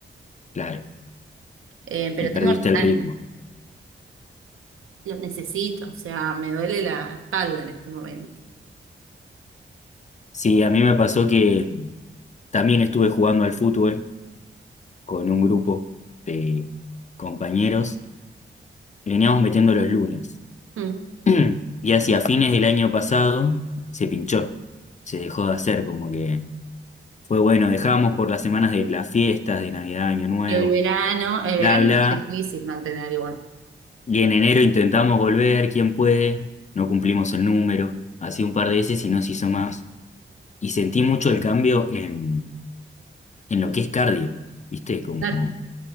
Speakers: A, on the left (about 35°); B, on the right (about 80°).
A: Claro,
B: Eh, pero
A: y perdiste
B: tengo las
A: el
B: ganas,
A: ritmo.
B: lo necesito, o sea, me duele la espalda en este momento.
A: Sí, a mí me pasó que también estuve jugando al fútbol con un grupo de compañeros y veníamos metiendo los lunes.
B: Mm.
A: <clears throat> Y hacia fines del año pasado se pinchó, se dejó de hacer, como que fue bueno, dejamos por las semanas de las fiestas, de Navidad, Año Nuevo,
B: Y el verano, el verano
A: bla, bla.
B: es difícil mantener igual.
A: Y en enero intentamos volver, quién puede, no cumplimos el número, así un par de veces y no se hizo más. Y sentí mucho el cambio en, en lo que es cardio, ¿viste? Como
B: Claro.